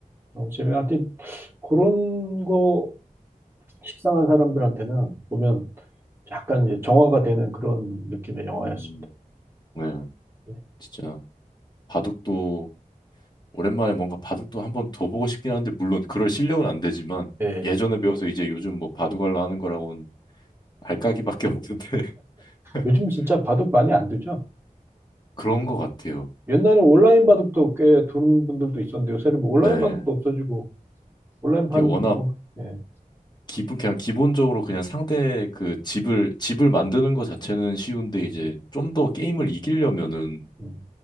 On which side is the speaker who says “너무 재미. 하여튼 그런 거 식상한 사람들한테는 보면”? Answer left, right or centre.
Right